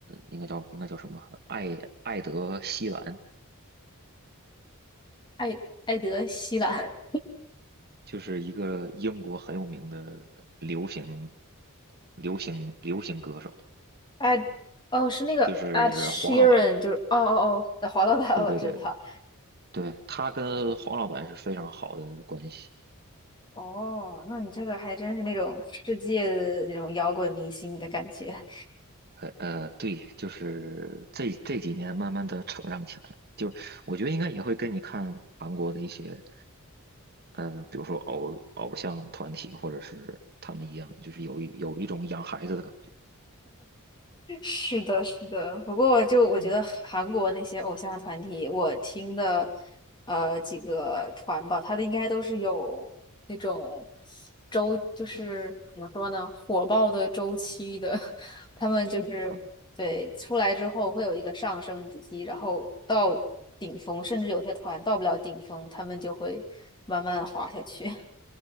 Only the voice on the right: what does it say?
应该叫应该叫什么？艾艾德希兰，
就是一个英国很有名的流行、流行、流行歌手，
就是黄老板。
对对对的，对，他跟黄老板是非常好的关系。
呃呃，对，就是这这几年慢慢的成长起来，就是我觉得应该也会跟你看韩国的一些，呃，比如说偶偶像团体或者是他们一样，就是有一有一种养孩子的感觉。
嗯，
啊，